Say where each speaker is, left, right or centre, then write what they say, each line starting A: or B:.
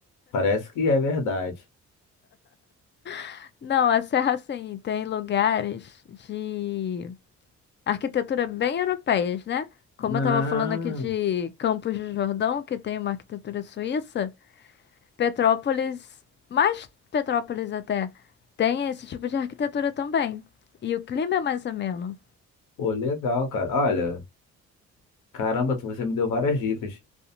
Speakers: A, on the left (about 80°); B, on the left (about 35°).
A: Parece que é verdade.
B: <laughs> Não, a serra, assim, tem lugares de arquitetura bem europeias, né? Como
A: Ah,
B: eu tava falando aqui de Campos do Jordão, que tem uma arquitetura suíça. Petrópolis, mais Petrópolis até, tem esse tipo de arquitetura também. E o clima é mais ameno.
A: pô, legal, cara. Olha, caramba, tu- você me deu várias dicas.